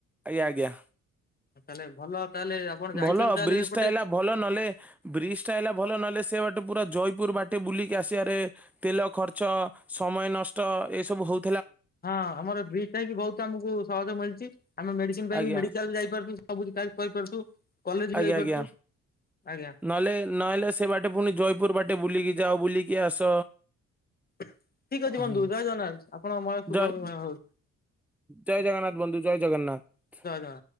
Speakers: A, in the centre; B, on the left.
A: ଆଜ୍ଞା ଆଜ୍ଞା।
B: ତାହେଲେ ଭଲ ତାହେଲେ ଆପଣ ଯାଇଛନ୍ତି
A: ଭଲ
B: ତାହେଲେ
A: ବ୍ରିଜ
B: ସେପଟେ
A: ଟା ହେଲା ଭଲ ନହେଲେ ବ୍ରିଜ ଟା ହେଲା ଭଲ ନହେଲେ ସେ ପୁରା ଜୟପୁର ବାଟେ ବୁଲିକି ଆସିବାରେ ତେଲ ଖର୍ଚ୍ଚ, ସମୟ ନଷ୍ଟ ଏସବୁ ହଉ
B: ହଁ ଆମର ବ୍ରିଜ୍ ହେଇକି ବହୁତ ଆମକୁ ସହଯୋଗ ମିଳିଛି। ଆମେ ମେଡିସିନ ପାଇଁ
A: ଆଜ୍ଞା
B: ବି ମେଡିକାଲ ଯାଇପାରୁଛୁ ସବୁ ପ୍ରାୟ କରିପାରୁଛୁ। କଲେଜ ବି
A: ଆଜ୍ଞା
B: ଯାଇପାରୁଛୁ
A: ଆଜ୍ଞା
B: ଆଜ୍ଞା
A: ନହେଲେ ନହେଲେ ସେ ବାଟେ ପୁଣି ଜୟପୁର ବାଟେ ବୁଲିକି ଯାଓ ବୁଲିକି ଆସ।
B: ଠିକ
A: ହଁ।
B: ଅଛି ବନ୍ଧୁ, ଜୟ ଜଗନ୍ନାଥ। ଆପଣଙ୍କ ମୟ ଶୁଭମୟ
A: ଜୟ
B: ହଉ।
A: ଜୟ ଜଗନ୍ନାଥ ବନ୍ଧୁ ଜୟ ଜଗନ୍ନାଥ।
B: ଜୟ ଜଗନ୍ନାଥ।